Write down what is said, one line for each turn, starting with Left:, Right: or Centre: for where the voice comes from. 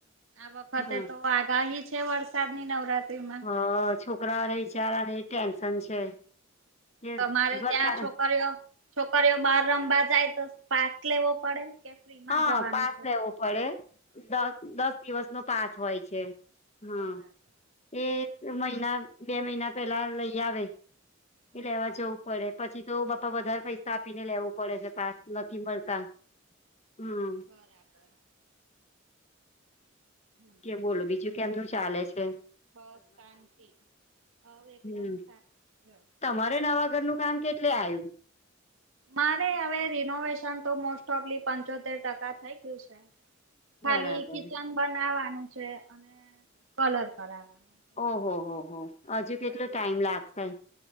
Right: આ વખતે
Left: હા
Right: તો આગાહી છે વરસાદ ની નવરાત્રી માં
Left: હ છોકરાઓને બિચારા ને એ ટેન્શન છે કે
Right: તમારે
Left: વરસા
Right: ત્યાં છોકરીઓ છોકરીઓ બાર રમવા જાય તો પાસ લેવો પડે કે ફ્રીમાં
Left: હા
Right: જવાનું
Left: પાસ
Right: છોકરીઓ
Left: લેવો પડે દ દસ દિવસ નો પાસ હોય છે હા
Right: બરાબર
Left: એ મહિના બે મહિના પેલા લઈ આવે
Right: બરાબર
Left: એ લેવા જવું પડે પછી તો બાપા
Right: બરાબર
Left: વધારે પૈસા આપીને લેવું પડે છે પાસ નથી મળતા હા
Right: બરાબર હમ
Left: કે બોલો બીજું કેમનું ચાલે છે
Right: બસ શાંતિ હ એકદમ
Left: હમ
Right: સાચું
Left: તમારે નવા ઘર નું કામ કેટલે આવ્યું
Right: મારે હવે રિનોવેશન તો મોસ્ટ ઓફલી પંચોતેર ટકા થઈ ગયું છે ખાલી
Left: બરાબર
Right: કિચન બનાવાનું છે અને કલર કરાવવાનું છે બસ
Left: ઓહો
Right: એટલું
Left: હો
Right: જ
Left: હો
Right: કામ બાકી
Left: હજુ કેટલો ટાઈમ લાગશે